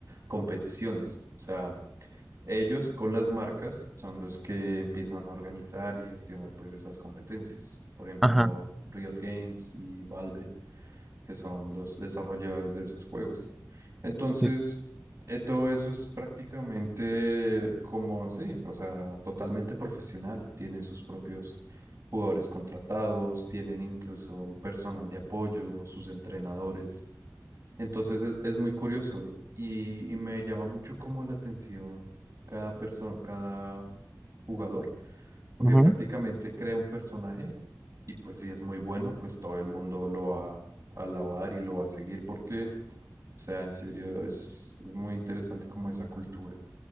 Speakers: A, on the right; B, in the centre.
A: competiciones. O sea, Ellos con las marcas son los que empiezan a organizar y gestionar pues esas competencias. Por ejemplo,
B: ajá,
A: Riot Games y Valve, que son los desarrolladores de esos juegos. Entonces,
B: sí,
A: eh, todo eso es prácticamente como, sí, o sea, totalmente profesional. Tienen sus propios jugadores contratados, tienen incluso un personal de apoyo, sus entrenadores. Entonces es, es muy curioso y, y me llama mucho como la atención cada persona, cada jugador, porque
B: ujú,
A: prácticamente crea un personaje y pues si es muy bueno, pues todo el mundo lo va a alabar y lo va a seguir porque, o sea, en serio, es, es muy interesante como esa cultura.